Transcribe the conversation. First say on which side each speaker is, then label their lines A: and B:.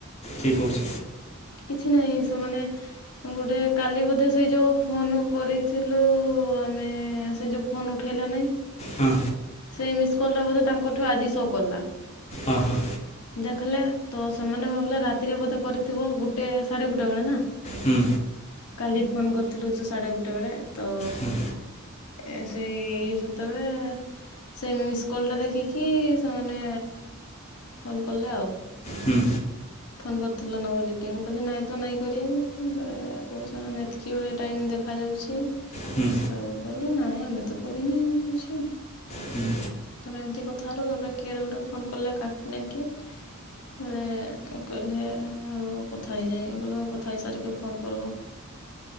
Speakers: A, on the left; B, on the left.
A: କି କୋଉ
B: କିଛି ନାଇଁ ସେମାନେ ଗୋଟେ କାଲି ବୋଧେ ସେଇ ଯୋଉ ଫୋନ କରିଥିଲୁ ଆମେ ସେ ଯୋଉ। ଫୋନ୍ ଉଠେଲା ନାଇ
A: ହଁ
B: ସେଇ ମିସ୍ କଲ୍ ଟା ବୋଧେ ତାଙ୍କଠୁ ଆଜି ସୋ କଲା।
A: ଅ ହଁ
B: ଦେଖ୍ ଲେ ତ ସେମାନେ ଭାବିଲେ ରାତିରେ ବୋଧେ କରିଥିବ ଗୋଟେ ସାଢେ ଗୋଟେ ବେଳେ ନା।
A: ହୁଁ।
B: କାଲି ଫୋନ୍ କରିଥିଲୁ ଯୋଉ ସାଢେ ଗୋଟେ ବେଳେ ତ
A: ହୁଁ
B: ଏ ସେଇ ସେତେବେଳେ ସେ ମିସ୍ କଲ୍ ଟା ଦେଖିକି ସେମାନେ ଫୋନ୍ କଲେ ଆଉ।
A: ହୁଁ।
B: ଫୋନ୍ କରିଥିଲ ନା ବୋଲି କେ ମୁଁ କାଲି ନାଇଁ ତ ନାଇଁ କରି‌ ବେଳେ କହୁଛ ଏତ୍କି ବେଳେ ଟାଇମ୍ ଦେଖା ଯାଉଛି।
A: ହୁଁ
B: କ ମୁଁ କହିଲି ନାଇଁ ଆମେ ତ କରିନାହିଁ ମୁଁ କଇଛି
A: ହୁଁ
B: ତାପରେ ଏମ୍ତି କଥା ହେଲୁ ତାପରେ କିଏଡେ ଗୋଟେ ଫୋନ୍ କଲା କାକି ନା କିିଏ। ବେଳେ କହିଲେ ଆ ରହ କଥା ହେଇଯାଏ କହିଲେ କଥା ହେଇ ସାରିକି ଫୋନ୍ କରିବ।